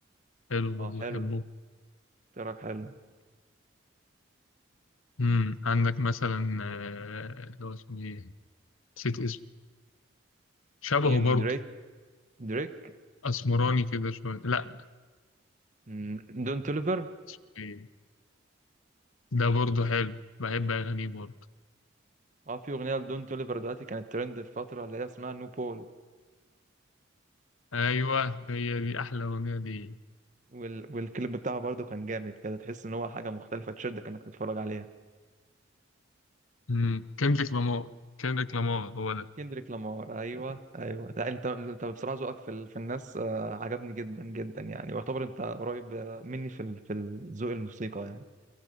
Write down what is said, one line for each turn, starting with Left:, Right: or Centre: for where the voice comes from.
Left: حلو برضه
Right: اه حلو
Left: بحبه
Right: تراك حلو
Left: مم. عندك مثلا آه، اللي هو اسمه ايه نسيت اسمه شبهه
Right: مين
Left: برضه
Right: دريك دريك
Left: أسمراني كده شوية لا
Right: مم، دون توليفر
Left: اسمه ايه ده برضه حلو بحب أغانيه برضه
Right: اه في أغنية لدون توليفر دلوقتي كانت ترند في فترة اللي هي اسمها نو بول
Left: أيوه هي دي أحلى أغنية دي
Right: وال... والكليب بتاعه برضه كان جامد كده تحس إن هو حاجة مختلفة تشدك إنك تتفرج عليها
Left: مم. كندريك لامار كندريك لامار هو ده
Right: كندريك لامار أيوه أيوه لا أنت أنت بصراحة ذوقك في ال... في الناس آه، عجبني جدا جدا يعني يعتبر أنت قريب آه، مني في ال... في الذوق الموسيقى يعني